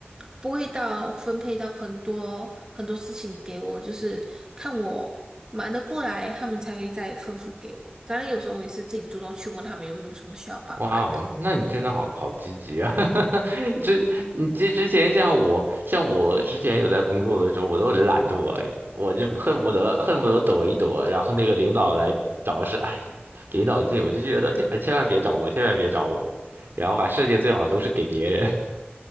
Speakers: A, on the right (about 20°); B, on the right (about 55°).
A: 不会到分配到很多很多事情给我，就是看我忙得过来，他们才会再吩咐给我。当然，有时候我也是自己主动去问他们有没有什么需要帮忙的。
B: 哇哦，那你真的好好积极啊！<laughs> 之你之之前像我，像我之前有在工作的时候，我都很懒惰，哎，我就恨不得恨不得躲一躲，然后那个领导来找是，哎，领导一进我就觉得，哎，千万别找我，千万别找我，然后把事情最好都是给别人。